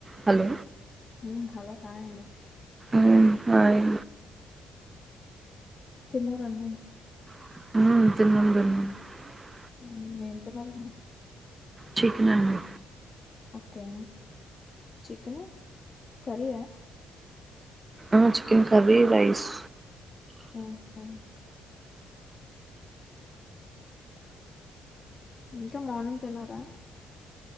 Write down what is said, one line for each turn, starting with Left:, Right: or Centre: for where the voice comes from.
Right: Hello
Left: మ్మ్ hello hi అండి
Right: మ్మ్ హాయ్
Left: తిన్నారండి
Right: <unintelligible>
Left: మ్మ్ ఏం తిన్నరు
Right: చికెన్ అండి
Left: ఓక్కే చికెను కర్రీ ఆ
Right: ఆ చికెన్ కర్రి రైస్
Left: ఓహో ఇంకా మార్నింగ్ తిన్నారా